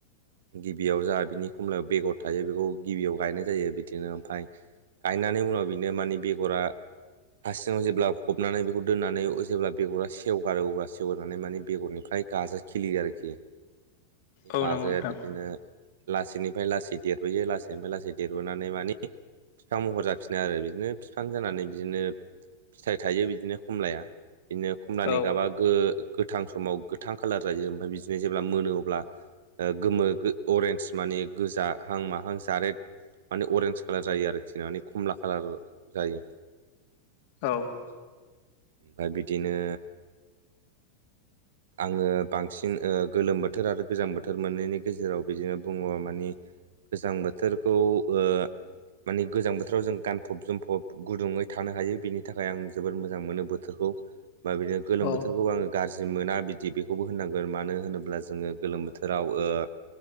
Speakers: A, on the right; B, on the left.
A: गिबियाव जा बिनि खमलायाव बेगर थायो बेखौ गिबियाव गायनाय जायो बिदिनो ओमफ्राय गायनानै उनाव बिनो मानि बेगरा हासिङाव जेब्ला फबनानै बेखौ दोननानै जेब्ला बेगरा सेवगारो अब्ला सेवगारनानै माने बेगरनिफ्राय गाजा खिलियो आरोखि
B: औ
A: गाजाया
B: नंगौ नोंथां।
A: बिदिनो लासैनिफ्राय लासै देरबोयो लासैनिफ्राय लासै देरबोनानै मानि बिफां महर जाफिनो आरो बिदिनो बिफां जानानै बिदिनो फिथाइ थायो बिदिनो खमलाया बिदिनो खमलानि
B: औ
A: गाबा गोथां समाव गोथां कालार जायो ओमफ्राय बिदिनो जेब्ला मोनो अब्ला गोमो अरेन्ज मानि गोजा हां माहां जारेड माने अरेन्ज खाालार जायो आरोखि माने खमला खाालार जायो
B: औ
A: ओमफ्राय बिदिनो आङो बांसिन गोलोम बोथोर आरो गोजां बोथोर मोननैनि गेजेराव बिदिनो बुङो मानि गोजां बोथोरखौ ओ माने गोजां बोथोराव जों गानफब जोमफब गुदुङै थानो हायो बेनि थाखाय आं जोबोर मोजां मोनो बोथोरखौ बा बिनो गोलोम
B: औ
A: बोथोरखौबो आंङो गाज्रि मोना बिदि बेखौबो होननांगोन मानो होनोब्ला जोङो गोलोम बोथोराव ओ